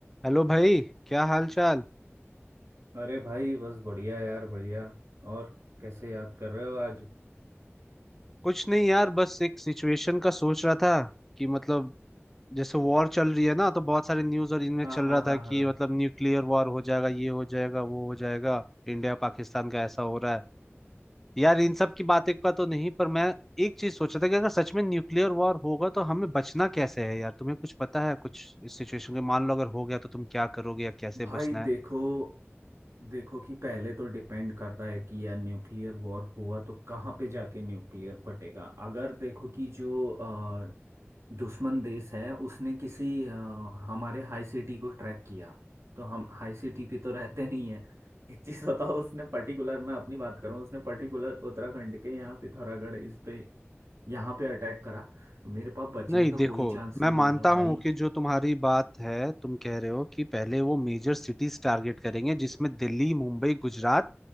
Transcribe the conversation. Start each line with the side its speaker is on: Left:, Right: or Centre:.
Centre: हेलो भाई क्या हाल चाल
Right: अरे भाई बस बढ़िया यार बढ़िया और कैसे याद कर रहे हो आज
Centre: कुछ नहीं यार बस एक सिचुएशन का सोच रहा था कि मतलब जैसे वॉर चल रही है ना तो बहुत सारे न्यूज़ और इनमें
Right: हाँ
Centre: चल
Right: हाँ
Centre: रहा
Right: हाँ
Centre: था कि
Right: हाँ
Centre: मतलब न्यूक्लियर वॉर हो जाएगा ये हो जाएगा वो हो जाएगा इंडिया पाकिस्तान का ऐसा हो रहा है यार इन सब की बातें का तो नहीं पर मैं एक चीज सोच रहा था कि अगर सच में न्यूक्लियर वॉर होगा तो हमें बचना कैसे है यार तुम्हें कुछ पता है कुछ इस सिचुएशन के मान लो अगर हो गया तो तुम क्या करोगे या कैसे
Right: भाई
Centre: बचना है
Right: देखो देखो कि पहले तो डिपेंड करता है कि यार न्यूक्लियर वॉर हुआ तो कहाँ पे जाके न्यूक्लियर फटेगा अगर देखो कि जो अ, दुश्मन देश है उसने किसी अ, हमारे हाई सिटी को ट्रैक किया तो हम हाई सिटी पे तो रहते नहीं है एक चीज बताओ उसने पर्टिकुलर मैं अपनी बात करूँ उसने पर्टिकुलर उत्तराखंड के यहाँ पिथौरागढ़ इस पे यहाँ पे अटैक करा तो मेरे पास बचने
Centre: नहीं
Right: का
Centre: देखो
Right: कोई चांस
Centre: मैं
Right: नहीं
Centre: मानता
Right: होगा भाई
Centre: हूं कि जो तुम्हारी बात है तुम कह रहे हो कि पहले वो मेजर सिटीज टारगेट करेंगे जिसमें दिल्ली मुंबई गुजरात